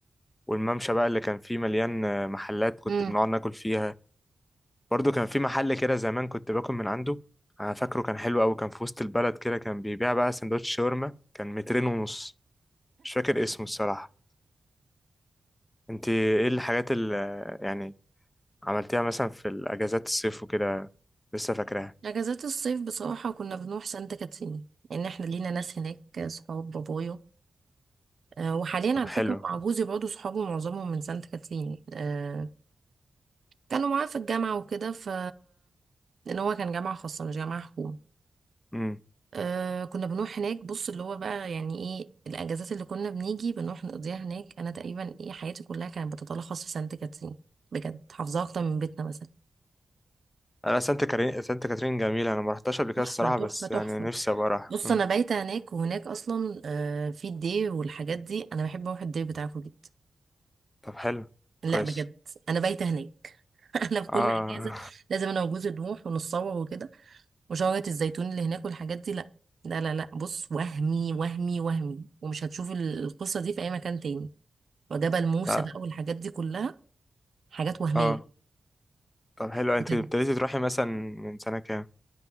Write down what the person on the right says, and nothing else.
مم.
اجازات الصيف بصراحه كنا بنروح سانت كاترين لان احنا لينا ناس هناك صحاب بابايا أه وحاليا
على
فكره مع جوزي برضه صحابه معظمهم من سانت كاترين أه كانوا معاه في الجامعه وكده ف لان هو كان جامعه خاصه مش جامعه حكومه
أه كنا بنروح هناك بص اللي هو بقى يعني ايه الاجازات اللي كنا بنيجي بنروح نقضيها هناك انا تقريبا ايه حياتي كلها كانت بتتلخص في سانت كاترين بجد حافظاها اكتر من بيتنا مثلا
تحفه
تحفه
تحفه
بص
انا بايته هناك وهناك اصلا آه، في الدي والحاجات دي انا بحب اروح الدي بتاعكم جدا
لا
بجد انا بايته هناك <laughs> انا في
كل اجازه لازم انا وجوزي نروح ونتصور وكده وشجره الزيتون اللي هناك والحاجات دي لا لا لا لا بص وهمي وهمي وهمي ومش هتشوف ال- القصه دي في اي مكان تاني وجبل
موسى
بقى والحاجات دي كلها حاجات وهميه
بجد